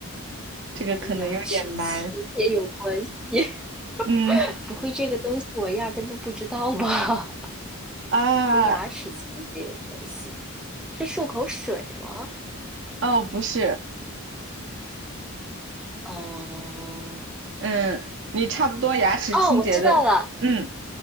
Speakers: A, on the right; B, in the centre.
A: 这个可能有点难。
B: 跟牙齿清洁有关系。<laughs>
A: 嗯
B: 不会这个东西，我压根都不知道吧？
A: 啊
B: <laughs> 跟牙齿清洁有关系，是漱口水吗？
A: 哦，不是，
B: 哦、
A: 嗯，你差不多牙齿清洁的。
B: 哦，我知道了，
A: 嗯